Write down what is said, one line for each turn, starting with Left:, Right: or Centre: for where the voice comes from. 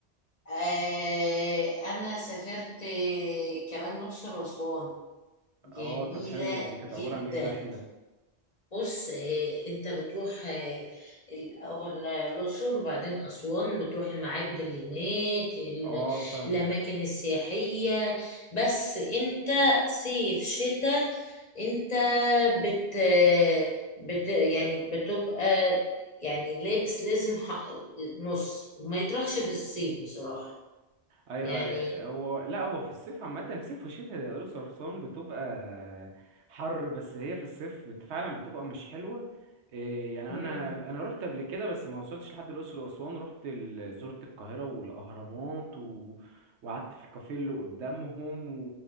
Left: آه، انا سافرت آه، كمان الاقصر واسوان جميله
Right: آه طب حلوة دي كانت
Left: جدا
Right: عبارة عن إيه الرحلة
Left: بص آه، انت بتروح آه، الاول الاقصر وبعدين اسوان بتروح المعابد اللي هناك ال-
Right: آه فاهمك
Left: الاماكن السياحيه بس انت صيف شتاء انت بت بت يعني بتبقى يعني لابس لازم حق نص وما يطرحش في الصيف بصراحه
Right: ايوه
Left: يعني
Right: آه، هو لا هو في الصيف عامه في الصيف والشتاء يا الاقصر واسوان بتبقى حر بس هي في الصيف بت... فعلا بتبقى مش حلوه إيه يعني
Left: امم
Right: انا انا رحت قبل كده بس ما وصلتش لحد الاقصر واسوان رحت ال... زرت القاهره والاهرامات و... وقعدت في الكافيه اللي قدامهم